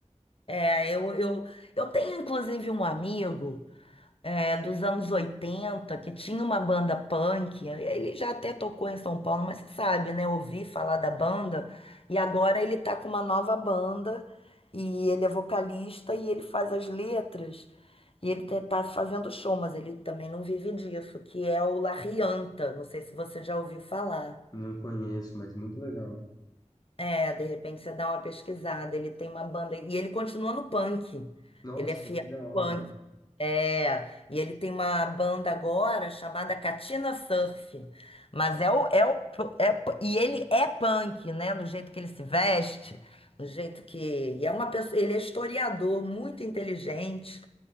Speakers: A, on the left; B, on the left.
A: É, eu, eu, eu tenho inclusive um amigo. é, dos anos 80 que tinha uma banda punk. Ele já até tocou em São Paulo, mas você sabe, né? Ouvi falar da banda. E agora ele tá com uma nova banda. E ele é vocalista e ele faz as letras. E ele te- tá fazendo show, mas ele também não vive disso, que é o La Rianta. Não sei se você já ouviu falar.
B: Não conheço, mas muito legal.
A: É, de repente você dá uma pesquisada. Ele tem uma banda. E ele continua no punk.
B: Nossa,
A: Ele é fiel
B: que da hora.
A: ao punk. É. E ele tem uma banda agora chamada Katina Surf. Mas é o, é o, é, e ele é punk, né? No jeito que ele se veste, no jeito que. E é uma pessoa, ele é historiador, muito inteligente.